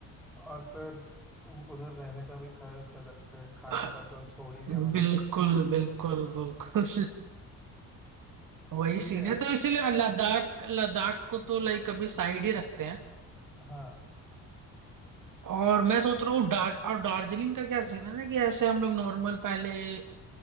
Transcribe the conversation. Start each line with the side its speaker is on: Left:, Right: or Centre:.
Centre: और फिर उ- उधर रहने का भी खर्च अलग से खाने
Right: <laughs>
Centre: का तो छोड़ ही दिया मैंने
Right: बिल्कुल
Centre: तो
Right: बिल्कुल बिल्कुल <laughs> वही
Centre: तो ठीक
Right: सीन
Centre: है यार
Right: है तो इसीलिए लद्दाख लद्दाख को तो लाइक अभी साइड ही रखते हैं
Centre: हाँ
Right: और मैं सोच रहा हूँ दार्ज और दार्जिलिंग का क्या सीन है ना कि ऐसे हम लोग नॉर्मल पहले अ,